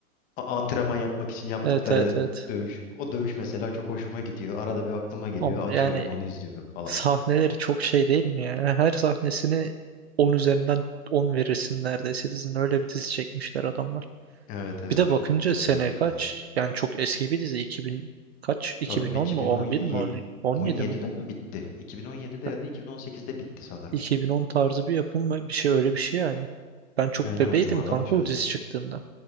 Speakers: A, on the left; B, on the right.
A: a- antrenman yapmak için yaptıkları
B: Evet evet evet.
A: dövüş. O dövüş mesela çok hoşuma gidiyor. Arada bir aklıma geliyor.
B: Oğlum
A: Açıyorum
B: yani
A: onu izliyorum falan.
B: sahneleri çok şey değil mi ya? Her sahnesini 10 üzerinden 10 verirsin neredeyse dizinin öyle bir dizi çekmişler adamlar.
A: Evet evet
B: Bir de
A: çok
B: bakınca
A: güzel
B: sene
A: gerçekten.
B: kaç?
A: yani.
B: Yani çok eski bir dizi 2000 kaç? 2010
A: Tabii canım 2017
B: mu? 11 mi? 10 17
A: 17'de
B: mi?
A: mi bitti? 2017'de
B: Ha,
A: ya da 2018'de bitti sanırım.
B: 2010 tarzı bir yapım mı? Bir şey öyle bir şey yani. Ben çok
A: Aynen
B: bebeydim
A: o civarda
B: kanka
A: başladı
B: o dizi
A: canım.
B: çıktığında.